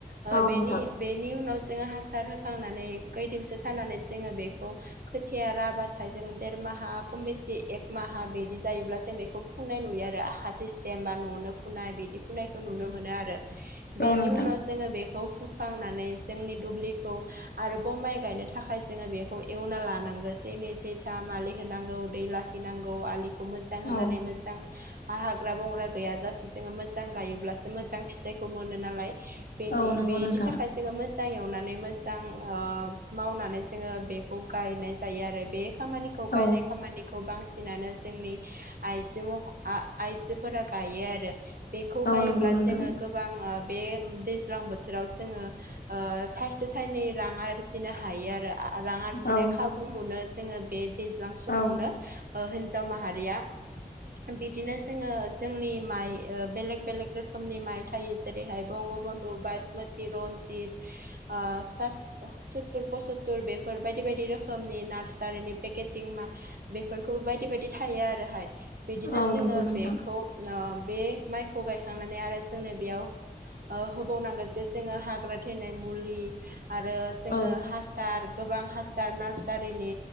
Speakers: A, on the right; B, on the left.
A: ओ
B: औ
A: बेनि
B: नोंथां
A: बेनि उनाव जोंङो हासार होखांनानै खैदिनसो थानानै जोंङो बेखौ खोथिया राबाथाय जों देर माहा खम बेसे एक माहा बिदि जायोब्ला जों बेखौ फुनाय नुयो आरो आखा सिस्टेम बा न'आवनो फुनाय बिदि फुनायखौ नुनो मोनो आरो बेनि
B: औ नोंथां
A: उनाव जोंङो बेखौ फु खांनानै जोंनि दुब्लिखौ आरो बाव माइ गायनो थाखाय जोंङो बेखौ एवना लानांगौ सैनै सैथाम अलि होनांगौ दै लाखि गिनांगौ आलि खौ मोजां होनानै
B: औ
A: मोजां हाग्रा बंग्रा गैयाजसे जोंङो मोजां गायोब्लासो मोजां फिथ जायखौ मोनो नालाय बेनि
B: औ नंगौ
A: बेनि
B: नोंथां
A: थाखाय जोंङो मोज जाय एवनानै मोजां ओ मावनानै जोंङो बेखौ गायनाय जायो आरो बे खामानि खौ गायनाय
B: औ
A: खामानिखौ बांसिनानो जोंनि आइ जो मह आ-आइजोफोरा गायो आरो बेखौ
B: औ
A: गायोब्ला
B: नंगौ नोंथां
A: जोंङो गोबां ओ बे दैज्लां बोथोराव जोंङो ओ थाइसे थाइनै रां आर फिनो हायो आरो आ रां आरजिनाय
B: औ
A: खाबु मोनो जोंङो बे दैज्लां समावनो
B: औ
A: ओ हिन्जाव माहारिया बिदिनो जोंङो जोंनि माइ बेलेग बेलेग रोखोमनि माइ थायो। जेरैहाय बंगबन्धु, बासमति, रनजित ओ सुत्तुर पसत्तुर बेफोर बायदि बायदि रोखोमनि नार्सारिनि पेकेटिं मा बेफोरखौबो बायदि बायदि थायो आरोहाय बिदिनो
B: औ
A: जोंङो
B: नंगौ नोंथां
A: बेखौ नो बे माइखौ गायखांनानै आरो जोंनो बेयाव ओ होबावनांगोन जे जोंङो हाग्रा थैनाय मुलि आरो जोंङो
B: औ
A: हासार गोबां हासार नार्सारिनि